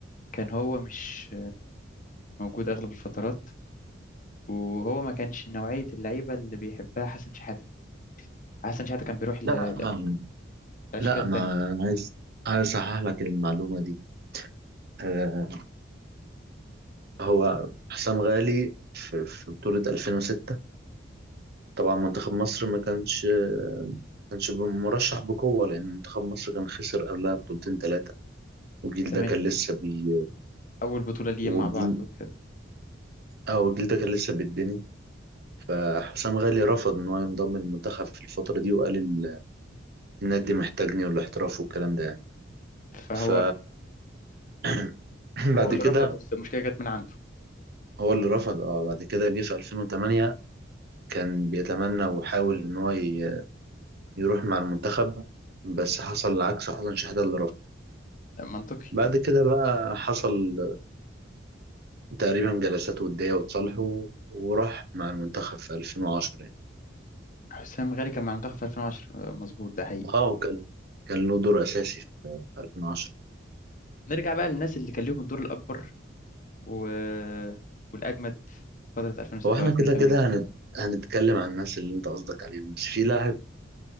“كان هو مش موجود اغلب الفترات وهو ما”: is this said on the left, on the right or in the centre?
Left